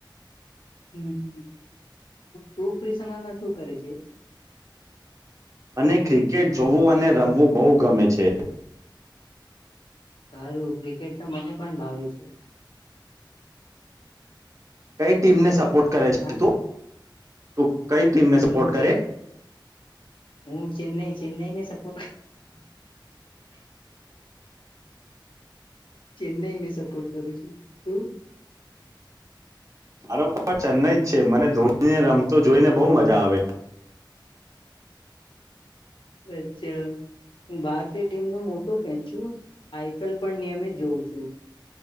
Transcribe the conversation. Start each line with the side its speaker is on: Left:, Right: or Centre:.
Left: હમ્મ તું ફ્રી સમયમાં શું કરે છે?
Right: અને ક્રિકેટ જોવું અને રમવું બહુ ગમે છે
Left: સારું ક્રિકેટ તો મને પણ ભાવે છે,
Right: કઈ ટીમને સપ કરે છે
Left: હા
Right: ત તું કઈ ટીમને
Left: હું
Right: સપોર્ટ કરે?
Left: ચે હું ચેન્નઈ <inaudible> ચેન્નઈને સપોર્ટ કરું છું તું
Right: મારો પણ ચેન્નઈ જ છે મને ધોનીને રમતો જોઈને બહ મજા આવે
Left: અચ્છા હું ભારતીય ટીમ નો મોટો ફેન છું, આઈપીએલ પણ નિયમિત જોઉં છું.